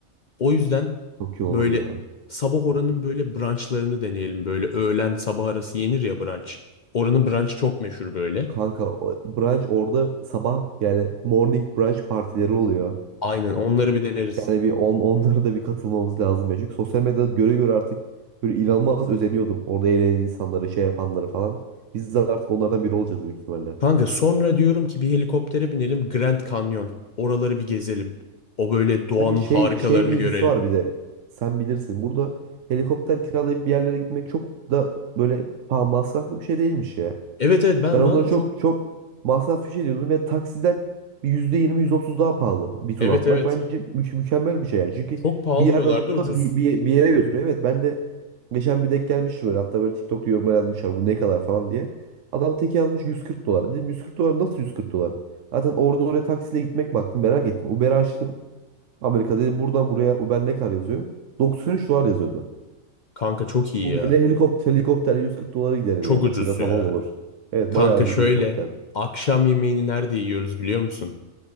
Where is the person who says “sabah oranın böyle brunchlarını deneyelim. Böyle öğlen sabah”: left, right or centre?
Left